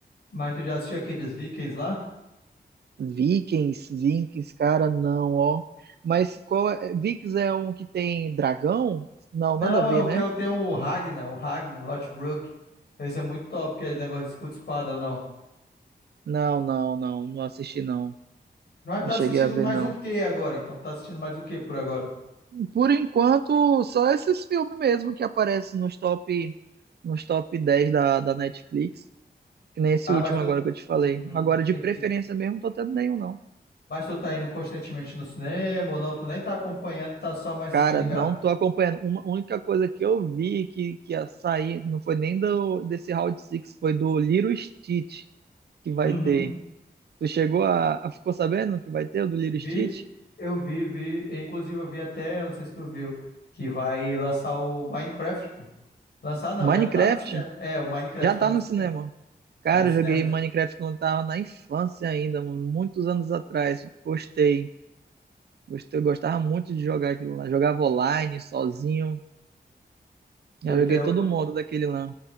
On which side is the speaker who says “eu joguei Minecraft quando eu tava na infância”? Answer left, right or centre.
Right